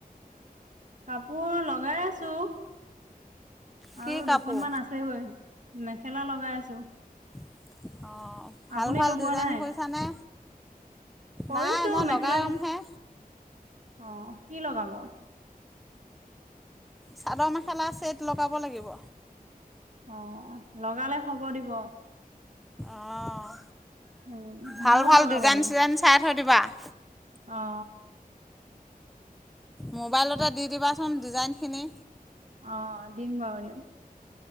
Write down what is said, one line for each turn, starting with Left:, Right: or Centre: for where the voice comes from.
Right: কাপোৰ লগাই আছো।
Centre: কি
Right: আৰু
Centre: কাপোৰ
Right: দুখনমান আছে গৈ। মেখেলা লগাই আছো।
Centre: <unintelligible> অ ভাল
Right: আপুনি
Centre: ভাল
Right: লগোৱা
Centre: ডিজাইন
Right: নাই
Centre: কৰিছানে?
Right: কৰিছো
Centre: নাই মই
Right: মেখেলা
Centre: লগাই ল'মহে।
Right: অ কি লগাব?
Centre: চাদৰ -মেখেলা চেত লগাব লাগিব।
Right: অ লগালে খব দিব
Centre: অহ
Right: উম
Centre: ভাল
Right: ময়ো
Centre: ভাল
Right: লগাব
Centre: ডিজাইন
Right: দিম
Centre: চিজাইন চাই থৈ দিবা। <inaudible>
Right: অ
Centre: মোবাইলতে দি দিবাচোন ডিজাইনখিনি
Right: অ দিম বাৰু দিয়ক।